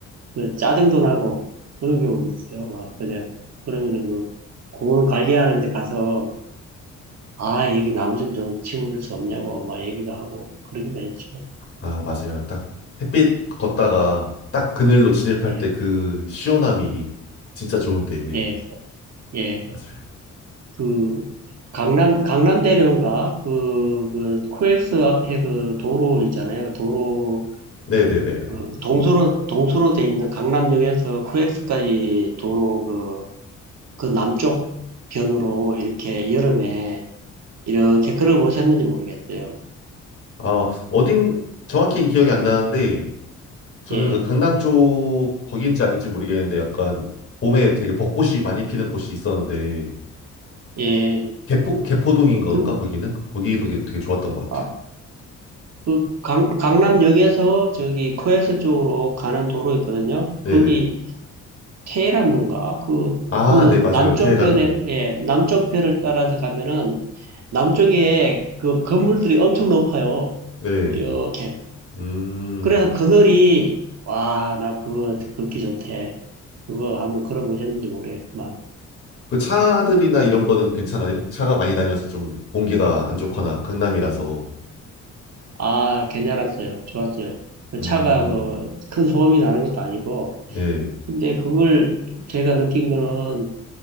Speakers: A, on the right; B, on the left.
A: 그 짜증도 나고 그런 경우도 있어요. 막 그냥 그러면은 그 공원 관리하는 데 가서 아 여기 나무 좀 좀 심어줄 수 없냐고 막 얘기도 하고 그러기도 했죠.
B: 아, 맞아요. 딱 햇빛 걷다가 딱 그늘로 진입할
A: 예,
B: 때 그 시원함이 진짜 좋은데.
A: 예, 예.
B: 맞아요.
A: 그 강남 강남대로인가 그, 그 코엑스 앞에 그 도로 있잖아요. 도로
B: 네네네네.
A: 그 동서로 동서로 돼 있는 강남역에서 코엑스까지 도로 그 그 남쪽 변으로 이렇게 여름에 이렇게 걸어 보셨는지 모르겠어요.
B: 아, 어딘, 정확히는 기억이 안 나는데, 저는
A: 예,
B: 그 강남 쪽, 거기인지 아닌지 모르겠는데, 약간, 봄에 되게 벚꽃이 많이 피는 곳이 있었는데,
A: 예.
B: 개포? 개포동인 건가,
A: 그,
B: 거기는? 거기도 되게, 되게 좋았던 것
A: 아,
B: 같아요.
A: 그 강, 강남역에서 저기 코엑스 쪽으로 가는 도로 있거든요.
B: 네네.
A: 거기 테헤란로인가? 그,
B: 아,
A: 그
B: 네, 맞아요.
A: 남쪽
B: 테헤란로.
A: 변에, 예, 남쪽 변을 따라서 가면은 남쪽에 그 건물들이 엄청 높아요.
B: 네.
A: 이렇게.
B: 음.
A: 그래서 그늘이, 와, 나 그거 걷기 좋대. 그거 한번 걸어보셨는지 모르겠지만.
B: 그 차들이나 이런 거는 괜찮아요? 차가 많이 다녀서 좀 공기가 안 좋거나, 강남이라서.
A: 아, 괜찮았어요. 좋았어요. 그
B: 음.
A: 차가 뭐 큰 소음이 나는 것도 아니고.
B: 예.
A: 근데 그걸 제가 느낀 거는